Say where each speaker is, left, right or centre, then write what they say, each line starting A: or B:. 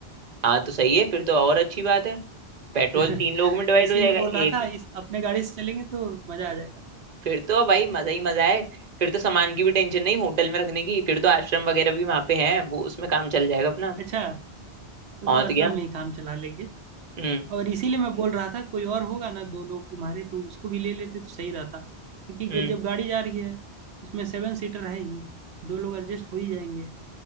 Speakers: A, on the right; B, on the right.
A: हाँ तो सही है फिर तो और अच्छी बात है पेट्रोल
B: <laughs>
A: तीन लोगों में डिवाइड
B: इसीलिए
A: हो जाएगा
B: बोल रहा
A: एक
B: था इस अपने गाड़ी से चलेंगे तो मजा आ जाएगा
A: फिर तो भाई मजा ही मजा है फिर तो सामान की भी टेंशन नहीं होटल में रखने की फिर तो आश्रम वगैरह भी वहां पे है वो उसमें काम चल जाएगा अपना
B: अच्छा तो,
A: और
B: तो आश्रम
A: तो क्या
B: में ही काम चला लेंगे
A: हम्म
B: और इसीलिए मैं बोल रहा था कोई और होगा ना दो लोग तुम्हारे तो उसको भी ले लेते तो सही रहता क्योंकि
A: हम्म
B: ग- जब गाड़ी जा रही है उसमें सेवन सीटर है ही दो लोग एडजस्ट हो ही जाएंगे